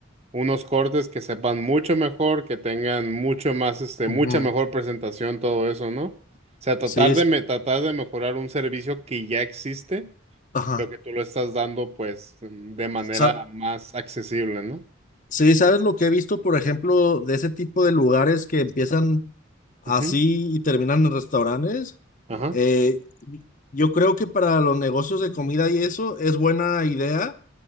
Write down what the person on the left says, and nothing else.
ujú,
Sí. s-
Ajá.
Sa-
Sí, ¿sabes lo que he visto, por ejemplo, de ese tipo de lugares que empiezan así
y terminan en restaurantes?
Eh, yo creo que para los negocios de comida y eso es buena idea